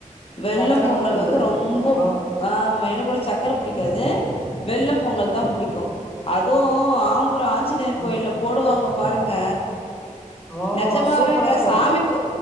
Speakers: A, on the left; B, on the left.
A: வெள்ளம்
B: சக்கரல்லா
A: பொங்கல்
B: புடிக்காது
A: வந்து ரொம்போ
B: ஆ
A: ஆமா எனக் கூட சக்கர புடிகாது வெல்லம்பொங்கல் தா புடிகு அது ஆம்பு ரொ ஆஞ்சநேயர்
B: ஆ
A: கோயில போடுவாங்க பாருங்க
B: ஆ
A: நெஜமாவேங்க
B: சூப்பரா இருக்கு
A: சாமிக்கு